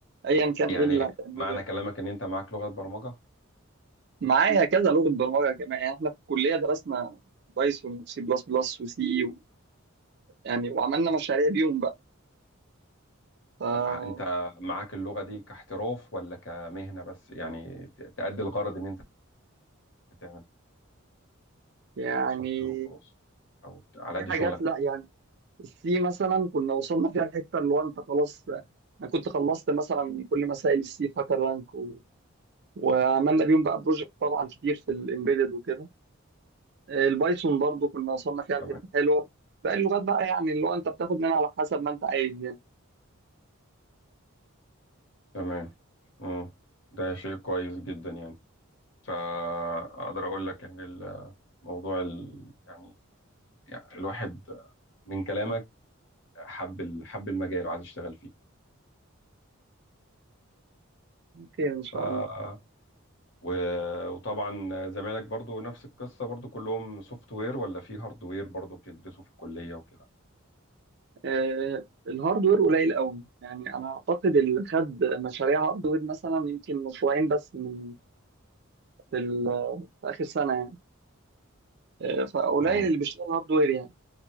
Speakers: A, on the right; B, on the left.
A: أيا كان
B: يعني
A: إيه اللي هتعمله
B: معنى
A: يعني
B: كلامك إن أنت معاك لغة برمجة
A: معايا كذا لغة برمجة كمان يعني إحنا في الكلية درسنا بايثون وسي بلس بلس وسي يعني وعملنا مشاريع بيهم بقى ف
B: طب انت معاك اللغة دي كاحتراف ولا كمهنة بس يعني ت- تأدي الغرض ان انت تعمل
A: يعني
B: سوفت وير وخلاص او ت- على
A: في
B: قد
A: حاجات
B: شغلك
A: لا يعني السي مثلا كنا وصلنا فيها الحتة اللي هو أنت خلاص أنا كنت خلصت مثلا كل مسائل السي فاكر رانك و... وعملنا بيهم بقى بروجكت طبعا كتير في الإمبيدد وكده البايثون برضو كنا وصلنا فيها
B: تمام
A: لحته حلوه باقي اللغات بقى يعني اللي هو انت بتاخد منها على حسب ما انت عايز يعني
B: تمام مم. ده شيء كويس جدا يعني فاقدر اقول لك ان الموضوع ال... يعني... يعني الواحد من كلامك حب ال- حب المجال وعايز يشتغل فيه
A: خير ان شاء
B: ف...
A: الله
B: و... وطبعا زمايلك برضو نفس القصة برضو كلهم سوفت وير ولا في هارد وير برضو بتدرسوا في الكلية وكده
A: آه الهاردوير قليل قوي يعني انا اعتقد اللي خد مشاريع هاردوير مثلا يمكن مشروعين بس من في, ال- في اخر سنه يعني آه فقليل
B: مم.
A: اللي بيشتغل هاردوير يعني